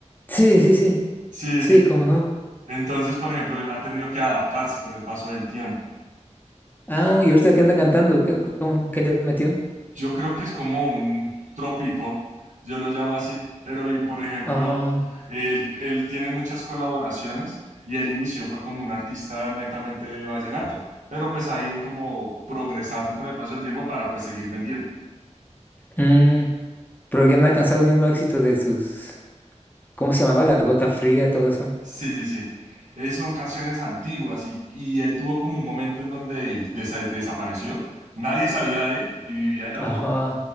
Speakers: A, on the left; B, on the right.
A: Sí, sí, sí.
B: Sí,
A: Sí,
B: sí, sí.
A: cómo no.
B: Entonces, por ejemplo, él ha tenido que adaptarse con el paso del tiempo.
A: Ah, y ahorita que anda cantando, ¿qué, cómo, qué le metió?
B: Yo creo que es como un tropipop, yo lo llamo así, pero y, por ejemplo,
A: Ah,
B: él, él tiene muchas colaboraciones y el inicio fue como un artista netamente de vallenato, pero pues ha ido como progresando con el paso del tiempo para pues seguir vendiendo.
A: mm, pero ya no ha alcanzado el mismo éxito de sus, ¿cómo se llamaba? La gota fría, todo eso.
B: Sí, sí, sí. Eh, son canciones antiguas y, y él tuvo como un momento en donde desa- desapareció, nadie sabía de él y vivía era por
A: Ajá.